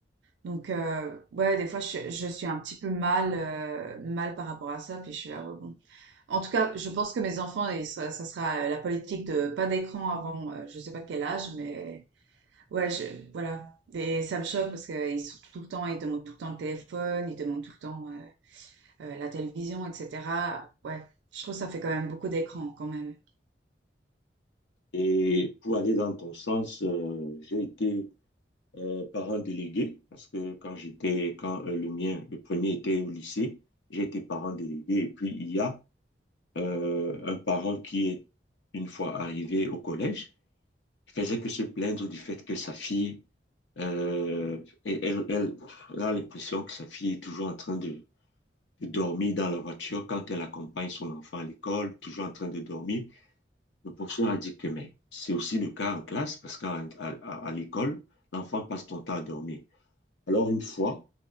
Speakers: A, on the right (about 75°); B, on the left (about 80°).
A: Donc euh, ouais des fois je, suis je suis un petit peu mal euh, mal par rapport à ça puis je suis là ouais, bon. En tout cas je pense que mes enfants et ça, ça sera euh, la politique de pas d'écran avant euh, je sais pas quel âge mais ouais je voilà et ça me choque parce qu'ils sont tout le temps ils demandent tout le temps le téléphone ils demandent tout le temps euh, euh, la télévision, etc. Ouais, je trouve que ça fait quand même beaucoup d'écran quand même.
B: Et pour aller dans ton sens, euh, j'ai été euh, par un délégué, parce que quand j'étais, quand euh, le mien, le premier était au lycée, j'étais parent délégué. Et puis, il y a euh, un parent qui est, une fois arrivé au collège, faisait que se plaindre du fait que sa fille, euh, elle, elle, elle a l'impression que sa fille est toujours en train de, de dormir dans la voiture quand elle accompagne son enfant à l'école, toujours en train de dormir. Le professeur a dit que, mais c'est aussi le cas en classe, parce qu'à à, à- à l'école, l'enfant passe son temps à dormir. Alors, une fois,